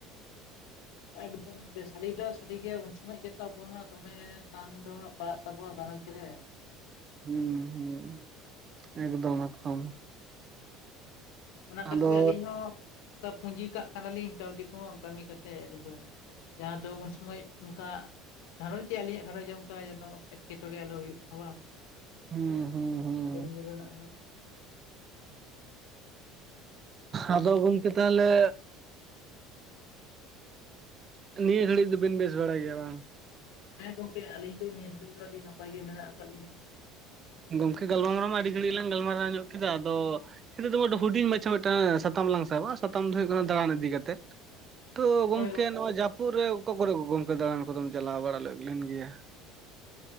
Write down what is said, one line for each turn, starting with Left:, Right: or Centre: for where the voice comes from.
Left: ᱮᱠᱫᱚᱢ ᱜᱮ ᱥᱟᱹᱨᱤ ᱫᱚ ᱥᱟᱹᱨᱤᱜᱮ ᱩᱱ ᱥᱚᱢᱚᱭ ᱜᱮᱛᱚ ᱟᱵᱚᱣᱟᱜ ᱫᱚᱢᱮ ᱴᱟᱱ ᱫᱚ ᱦᱟᱸᱜ ᱯᱟᱲᱟᱜ ᱛᱟᱵᱚᱣᱟ ᱜᱟᱨᱚᱧᱡᱽ ᱨᱮ᱾
Right: ᱦᱩᱸ ᱦᱩᱸ ᱮᱠᱫᱚᱢ ᱮᱠᱫᱚᱢ᱾
Left: ᱚᱱᱟ ᱠᱷᱟᱹᱛᱤᱨ
Right: ᱟᱫᱚ
Left: ᱟᱹᱞᱤᱧ ᱦᱚᱸ ᱯᱩᱸᱡᱤ ᱠᱟᱜ ᱠᱟᱱᱟᱞᱤᱧ ᱠᱟᱹᱣᱰᱤ ᱠᱚᱦᱚᱸ ᱠᱟᱹᱢᱤ ᱠᱟᱛᱮᱜ ᱮᱠᱫᱚᱢ᱾ ᱡᱟᱦᱟ ᱫᱚ ᱩᱱ ᱥᱚᱢᱚᱭ ᱚᱱᱠᱟ ᱜᱷᱟᱨᱚᱧᱡᱽ ᱨᱮ ᱟᱞᱤᱧᱟᱜ ᱜᱷᱟᱨᱚᱧᱡᱽ ᱚᱱᱠᱟ ᱡᱮᱱᱚ ᱮᱴᱠᱮᱴᱚᱬᱮ ᱟᱞᱚ ᱦᱩᱭᱩᱜ ᱢᱟ ᱵᱟᱝ᱾
Right: ᱦᱩᱸ ᱻ ᱦᱩᱸ ᱦᱩᱸ
Left: ᱡᱚᱢ ᱧᱩ ᱨᱮᱱᱟᱜ ᱦᱚᱸ᱾
Right: ᱟᱫᱚ ᱜᱚᱢᱠᱮ ᱛᱟᱦᱚᱞᱮ? ᱱᱤᱭᱟᱹ ᱜᱷᱟᱹᱲᱤᱡ ᱫᱚᱵᱤᱱ ᱵᱮᱥ ᱵᱟᱲᱟᱭ ᱜᱮᱭᱟ ᱵᱟᱝ᱾
Left: ᱦᱮᱸ ᱜᱚᱢᱠᱮ ᱟᱹᱞᱤᱧ ᱫᱚ ᱱᱤᱭᱟᱹ ᱫᱷᱟᱹᱲᱤᱡ ᱫᱚ ᱟᱹᱰᱤ ᱱᱟᱯᱟᱭ ᱜᱮ ᱢᱮᱱᱟᱜ ᱟᱠᱟᱫ ᱞᱤᱧᱟ᱾
Right: ᱜᱚᱢᱠᱮ ᱜᱟᱞᱢᱟᱨᱟᱣ ᱢᱟ ᱟᱹᱰᱤ ᱜᱷᱟᱹᱲᱤᱡ ᱞᱟᱝ ᱜᱟᱞᱢᱟᱨᱟᱣ ᱧᱚᱜ ᱠᱮᱫᱟ ᱟᱫᱚ ᱱᱤᱛᱚᱜ ᱫᱚ ᱦᱩᱰᱤᱧ ᱢᱟᱪᱷᱟ ᱢᱤᱫᱴᱟᱝ ᱥᱟᱛᱟᱢ ᱞᱟᱝ ᱥᱟᱵᱟ ᱥᱟᱛᱟᱢ ᱫᱚ ᱦᱩᱭᱩᱜ ᱠᱟᱱᱟ ᱫᱟᱲᱟᱱ ᱤᱫᱤ ᱠᱟᱛᱮᱫ ᱾ ᱛᱚ ᱜᱚᱢᱠᱮ
Left: ᱦᱳᱭ
Right: ᱱᱚᱣᱟ ᱡᱟᱹᱯᱩᱫ ᱨᱮ ᱚᱠᱟ ᱠᱚᱨᱮ ᱜᱚᱢᱠᱮ ᱫᱟᱲᱟᱱ ᱠᱚᱫᱚᱢ ᱪᱟᱞᱟᱣ ᱵᱟᱲᱟ ᱞᱮᱫ ᱞᱮᱱ ᱜᱮᱭᱟ?